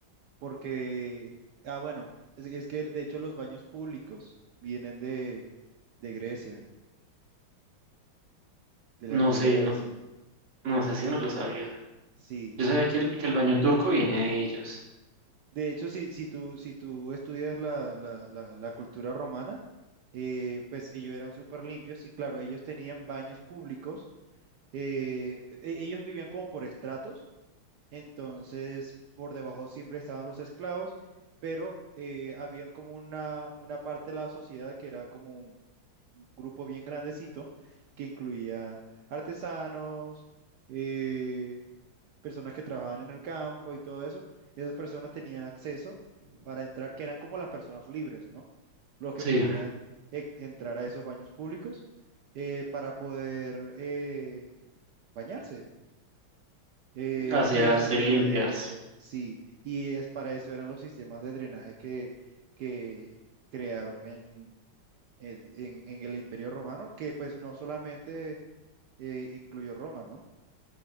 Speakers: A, on the right; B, on the right.
A: porque, ah, bueno, es, es que de hecho los baños públicos vienen de, de Grecia, de la
B: No
A: antigua
B: sé,
A: Grecia,
B: no, no sé si no lo sabía.
A: sí.
B: Yo sabía que el, que el baño turco viene de ellos.
A: De hecho, si, si tú, si tú estudias la, la, la, la cultura romana, eh, pues ellos eran súper limpios y claro, ellos tenían baños públicos, eh, e- ellos vivían como por estratos Entonces, por debajo siempre estaban los esclavos, pero eh, había como una, una parte de la sociedad que era como un, un grupo bien grandecito que incluía artesanos, eh, personas que trabajaban en el campo y todo eso. Esas personas tenían acceso para entrar, que eran como las personas libres, ¿no? Los que
B: Sí,
A: podían e- entrar a esos baños públicos eh, para poder eh, bañarse. Eh,
B: asearse
A: y eso viene
B: y limpiarse.
A: de Grecia, sí. Y es para eso eran los sistemas de drenaje que, que crearon en, en, en- en el Imperio Romano, que pues no solamente eh, incluyó Roma, ¿no?